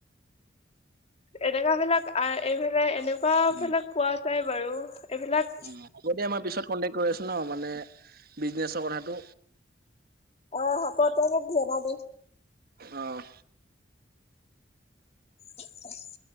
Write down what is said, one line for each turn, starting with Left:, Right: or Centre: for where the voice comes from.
Left: এনেকাবিলাক, এইবিলাক, এনেকুৱাবিলাক
Right: উম,
Left: পোৱা যায় বাৰু এইবিলাক
Right: উম, হ'ব দিয়া মই পিছত কণ্টেক্ট কৰি আছো ন মানে বিজনেচৰ কথাটো।
Left: অ, হব তই মোক জনাবি।
Right: অ',
Left: হয়।